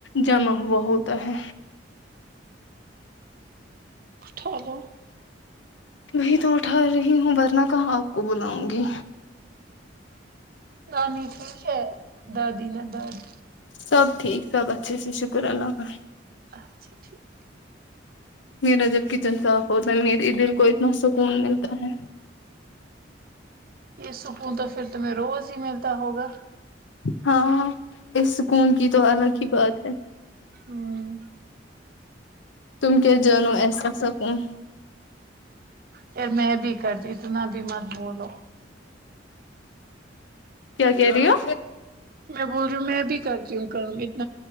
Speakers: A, on the left (about 75°); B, on the right (about 55°).
A: جمع ہوا ہوتا ہے
B: اٹھالو
A: وہی تو اٹھا رہی ہوں ورنہ کہاں آپ کو بلاؤں گی
B: نانی ہے دادی نہ دادی
A: سب ٹھیک سب اچھے سے شکر اللہ کا
B: اچھا ٹھیک
A: میرا جب کچن صاف ہوتا ہے میرے دل کو اتنا سکون ملتا ہے
B: یہ سکون تو پھر تمہیں روز ہی ملتا ہوگا
A: ہاں اس سکون کی تو الگ ہی بات ہے
B: ہممم
A: تم کیا جانو ایسا سکون
B: پھر میں بھی کرتی اتنا بھی مت بولو
A: کیا کہہ رہی ہو
B: میں بول رہی ہوں میں بھی کرتی ہوں گھر میں